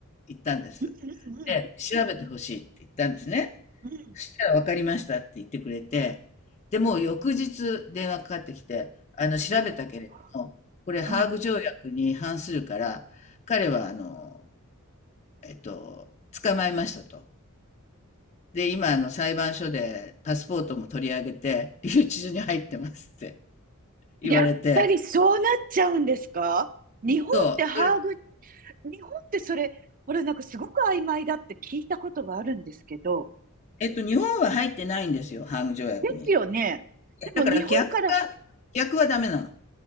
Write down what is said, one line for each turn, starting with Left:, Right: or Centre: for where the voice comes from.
Left: 言ったんです。
Right: うん、うん。
Left: で、調べてほしいって言ったんですね。
Right: うん
Left: そしたら分かりましたって言ってくれて、で、もう翌日電話かかってきて、あの、調べたけれども、
Right: おー、
Left: これハーグ条約に反するから、
Right: うん。
Left: 彼はあの、えっと、捕まえましたと。で、今、あの、裁判所でパスポートも取り上げて、留置所に入ってますって言われて、
Right: やっぱりそうなっちゃうんですか日本ってハーグ日
Left: そう、それ
Right: 本ってそれ、これなんかすごく曖昧だって聞いたことがあるんですけど、
Left: えっと、日本は入ってないんですよ、ハーグ条約に。
Right: ですよね。でも日本から、
Left: だから逆が、逆はダメなの。